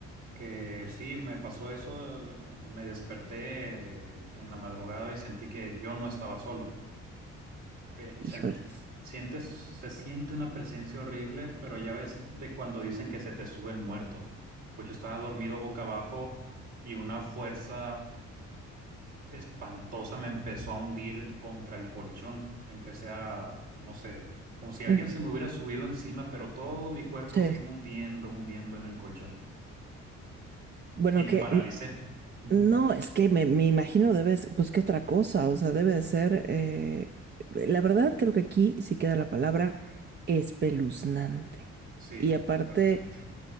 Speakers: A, on the right (about 75°); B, on the right (about 35°).
A: que sí me pasó eso, eh, me desperté eh, en la madrugada y sentí que yo no estaba solo. Eh,
B: Híjoles.
A: sentí- sientes, se siente una presencia horrible, pero ya ves de cuando dicen que se te sube el muerto. Pues yo estaba dormido boca abajo y una fuerza espantosa me empezó a hundir contra el colchón. Empecé a, no sé, como si alguien
B: Mm,
A: se me hubiera subido encima, pero todo mi cuerpo
B: Sí.
A: se iba hundiendo, hundiendo en el colchón.
B: Bueno,
A: Y me
B: que
A: paralicé.
B: mm,
A: Ujú.
B: no, es que me, me imagino debes, pues qué otra cosa, o sea, debe de ser, eh, la verdad creo que aquí sí queda la palabra espeluznante.
A: Sí,
B: Y aparte,
A: bastante.